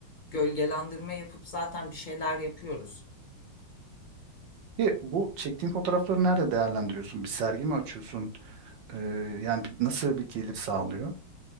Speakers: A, on the left; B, on the right.
A: gölgelendirme yapıp zaten bir şeyler yapıyoruz.
B: E, bu çektiğin fotoğrafları nerede değerlendiriyorsun? Bir sergi mi açıyorsun? E, yani bir- nasıl bir gelir sağlıyor?